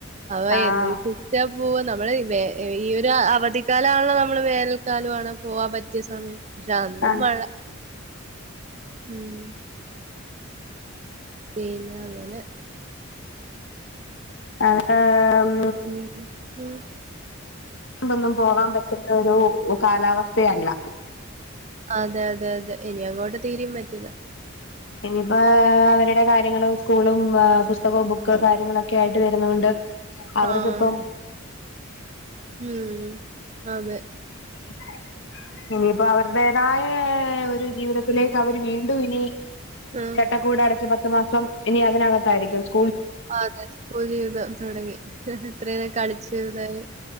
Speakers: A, on the right (about 35°); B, on the left (about 60°).
A: അവ
B: ആഹ്
A: എന്ത് വിശ്വസിച്ചാപ് പൂവ നമ്മള് വേ ഏ ഈ ഒരു അ അവധിക്കാലാണ് നമ്മള് വേനൽക്കാലോവാണ് പോവാൻ പറ്റിയ സമയം ക്ഷെ അന്നും
B: അതെ
A: മഴ ഉം പിന്നങ്ങനെ
B: ആഹ് ആം
A: ഉം ഉം ഉം
B: കൊണ്ടൊന്നും പോകാൻ പറ്റുന്ന ഒരു കാലാവസ്ഥയല്ല
A: അതെ അതെ അതെ ഇനിയങ്ങോട്ട് തീരെയും പറ്റില്ല
B: ഇനിയിപ്പോ അവരുടെ കാര്യങ്ങളും സ്കൂളും ആ പുസ്തകവും ബുക്ക് കാര്യങ്ങളൊക്കെ ആയിട്ട് വരുന്ന കൊണ്ട് അവർക്കിപ്പം
A: ആഹ് ഉം അതെ
B: <inaudible> ഇനിയിപ്പോ അവരുടേതായേ ഒരു ജീവിതത്തിലേക്കവര് വീണ്ടുവിനി
A: ആഹ്
B: ചട്ടക്കൂടടച്ച് പ ത്ത് മാസം ഇനി അതിനകത്തായിരിക്കും സ്
A: അതെ സ്കൂൾ ജീവിതം തൊടങ്ങി ഇത്രേം കളിച്ചിതായി